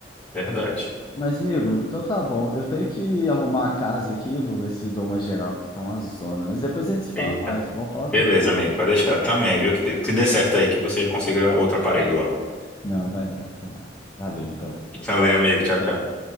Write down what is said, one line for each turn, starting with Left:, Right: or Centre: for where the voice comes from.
Centre: Verdade.
Left: Mas, amigo, então tá bom. Eu tenho que arrumar a casa aqui, vou ver se dou uma geral, porque tá uma zona. Mas depois a gente se fala
Centre: Eita.
Left: mais. Vamos falar contigo.
Centre: Beleza, amigo, pode deixar também, viu? Que dê, que dê certo aí, que você já consiga outro aparelho logo.
Left: Não, vai dar, tomara. Valeu, então.
Centre: Valeu, amigo. Tchau,
Left: Tchau.
Centre: tchau.